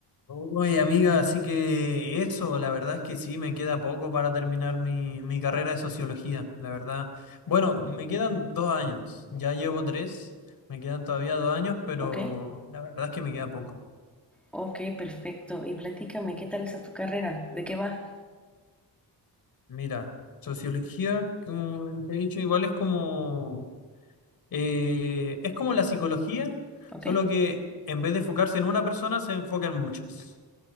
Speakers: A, on the left; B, in the centre.
A: Oye, amiga, así que eso, la verdad es que sí, me queda poco para terminar mi, mi carrera de sociología, la verdad. Bueno, me quedan dos años, ya llevo tres, me quedan todavía dos años, pero
B: Ok,
A: la verdad es que me queda poco.
B: ok, perfecto. Y platícame, ¿qué tal está tu carrera? ¿De qué va?
A: Mira, sociología, como te he dicho, igual es como, eh, es como la psicología,
B: Ok,
A: solo que en vez de enfocarse en una persona, se enfoca en muchas.